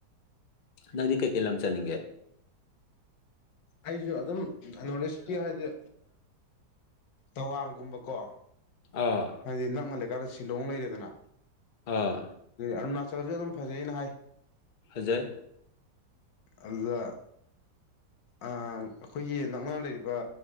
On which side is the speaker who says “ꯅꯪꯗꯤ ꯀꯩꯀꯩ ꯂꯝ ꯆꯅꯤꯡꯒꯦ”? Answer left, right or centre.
Left